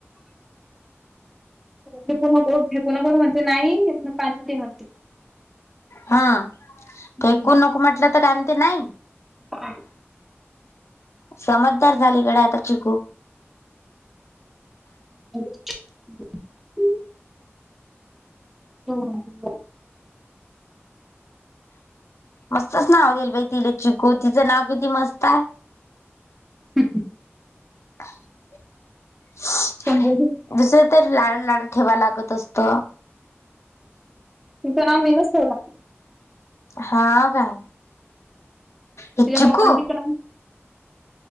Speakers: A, in the centre; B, on the left.
A: ठिकणा कर म्हणते नाही पाणी ते म्हणते.
B: हा
A: हम्म.
B: फेकू नको म्हटलं तर काय म्ह ते नाही.
A: <unintelligible>
B: समजदार झालीकडे आता चिकू.
A: <unintelligible> <unintelligible>
B: मस्तच नाव देईल भाई तिले चिकू तिचं नाव किती मस्त आहे.
A: <unintelligible>
B: <inaudible>
A: चांगलं आहे घे.
B: दुसर तररी लाळ लाड ठेवा लागत असत.
A: तचं नाव मीनच ठेवले
B: हा काय? हे
A: तिच्या
B: चिकू
A: पप्पा नि